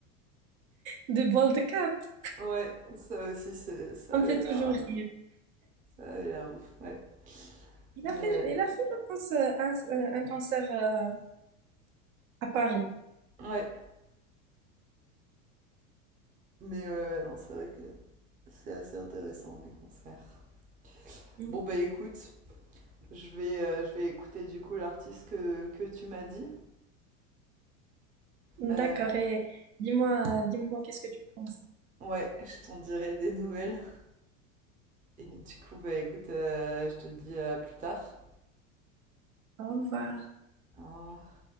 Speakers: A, on the right (about 70°); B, on the right (about 20°).
A: de Ball Cat,
B: ouais, ça aussi c'est, ça
A: on
B: avait
A: me fait toujours
B: l'air. euh,
A: rire.
B: Ça avait l'air ouf, ouais.
A: Il
B: Mais
A: a fait,
B: euh,
A: il a fait, je pense, euh, un, euh, un concert euh, à Paris.
B: ouais, mais ouais, ouais, non, c'est vrai que c'est assez intéressant les concerts.
A: Mhm.
B: Bon bah écoute, je vais, euh, je vais écouter du coup l'artiste que, que tu m'as dit.
A: D'accord.
B: Euh,
A: Et dis-moi, dis-moi, qu'est-ce que tu penses?
B: ouais, je t'en dirai des nouvelles. Et du coup bah écoute, euh, je te dis à plus tard.
A: Au revoir.
B: Au revoir.